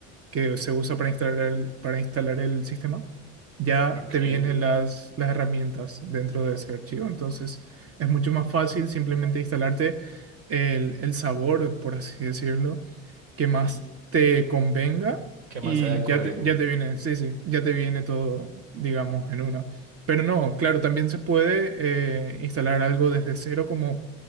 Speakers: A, on the right (about 35°); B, on the right (about 70°).
A: que se usa para instalar el, para instalar el sistema, ya
B: Ok.
A: te vienen las, las herramientas dentro de ese archivo. Entonces es mucho más fácil simplemente instalarte el, el sabor, por así decirlo, que más
B: ¿Y
A: te convenga
B: qué más
A: y
B: se acude?
A: ya te, ya te viene, sí, sí, ya te viene todo, digamos, en una. Pero no, claro, también se puede eh, instalar algo desde cero como,